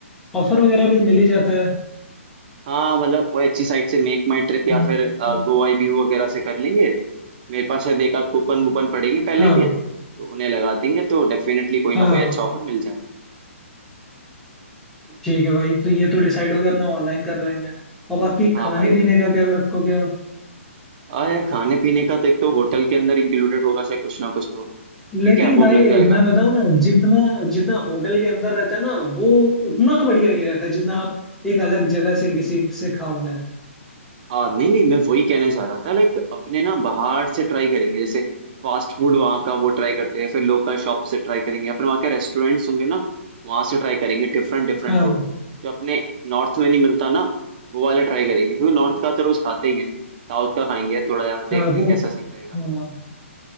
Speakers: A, in the centre; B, on the right.
A: ऑफर वगैरह भी मिल ही जाता है
B: हाँ मतलब वो अच्छी साइट से मेक माई ट्रिप या
A: हम्म,
B: फिर
A: तो
B: गो आई व्यू वगैरह से कर लेंगे मेरे पास शायद एक आध कूपन वूपन पड़ेंगे पहले
A: हाँ
B: के तो उन्हें लगा देंगे तो डेफिनेटली कोई
A: हाँ
B: ना
A: हाँ,
B: कोई अच्छा ऑफर मिल जाएगा
A: ठीक है भाई तो ये तो डिसाइड हो गया अपना ऑनलाइन कर लेंगे और बाकी
B: हाँ
A: खाने
B: भाई
A: पीने
B: ठीक है
A: का क्या रखोगे आप
B: हाँ यार खाने पीने का तो एक तो होटल के अंदर इंक्लूडेड होगा शायद कुछ ना कुछ तो ठीक
A: लेकिन
B: है
A: भाई
B: वो मिल जाएगा
A: मैं बताऊं ना जितना जितना होटल के अंदर रहता है ना वो उतना बढ़िया नहीं रहता जितना आप एक अलग जगह से किसी से खाओगे
B: हाँ नहीं नहीं मैं वही कहना चाह रहा था लाइक अपने ना बाहर से ट्राई करेंगे जैसे फास्ट फूड वहाँ का वो ट्राई करते हैं फिर लोकल शॉप से ट्राई करेंगे या फिर वहाँ के रेस्टोरेंट्स होंगे ना वहाँ से ट्राई करेंगे डिफरेंट डिफरेंट
A: हाँ
B: फूड जो अपने नॉर्थ में नहीं मिलता ना वो वाला ट्राई करेंगे क्योंकि नॉर्थ का तो रोज खाते ही हैं साउथ का खाएंगे थोड़ा यार देखते
A: हाँ वो
B: हैं कैसा सीन रहेगा
A: हाँ